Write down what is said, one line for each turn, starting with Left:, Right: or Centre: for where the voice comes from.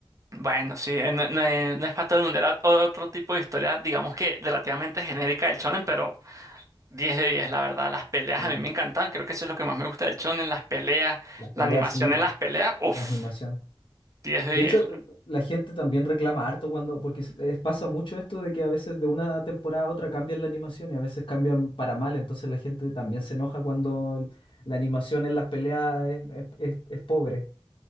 Right: bueno, sí, eh, no, no es no es para todo el mundo, era otro tipo de historia, digamos que relativamente genérica del shonen, pero 10 de 10 la verdad, las peleas
Left: Sí,
Right: a mí me encantan, creo que eso es lo que más me gusta del en las peleas,
Left: Las peleas
Right: la animación
Left: sí, po,
Right: en las peleas, uff,
Left: la animación.
Right: diez de
Left: De
Right: diez
Left: hecho, la gente también reclama harto cuando, porque es- es- pasa mucho esto de que a veces de una temporada a otra cambian la animación y a veces cambian para mal, entonces la gente también se enoja cuando la animación en las peleas es, es- es- es pobre.